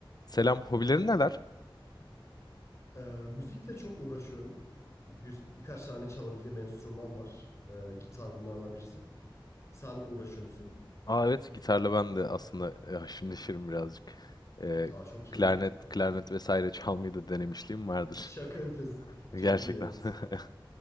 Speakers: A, on the left (about 50°); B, on the left (about 30°).
A: Selam, hobilerin neler?
B: Ee, müzikle çok uğraşıyorum. Bir, birkaç tane çalabildiğim enstrüman var. Ee, gitar bunlardan birisi. Sen uğraşıyor musun?
A: Aa evet, gitarla ben de aslında e, haşır neşirim birazcık. E,
B: Aa, çok
A: klarnet,
B: iyi. <laughs>
A: klarnet vesaire çalmayı da denemişliğim vardır.
B: Şaka yapıyorsun.
A: <laughs>
B: Çok
A: Gerçekten.
B: iyi. Süper.
A: <laughs>